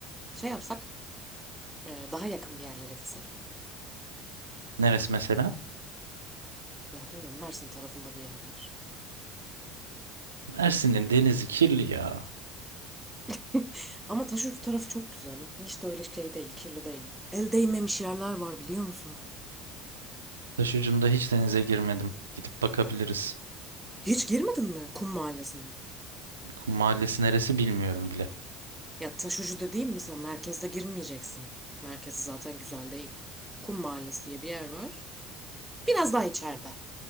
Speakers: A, in the centre; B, on the right.
A: Şey yapsak e, daha yakın bir yerlere gitsek.
B: Neresi mesela?
A: Ya bilmiyorum Mersin tarafında bir yerler.
B: Mersin'in denizi kirli ya.
A: <laughs> Ama Taşucu tarafı çok güzel. Hiç de öyle şey değil, kirli değil. El değmemiş yerler var biliyor musun?
B: Taşucunda hiç denize girmedim. Gidip bakabiliriz.
A: Hiç girmedin mi kum mahallesine?
B: Kum Mahallesi neresi bilmiyorum bile.
A: Ya Taşucu dediğim mesela merkezde girmeyeceksin. Merkezi zaten güzel değil. Kum Mahallesi diye bir yer var. Biraz daha içeride.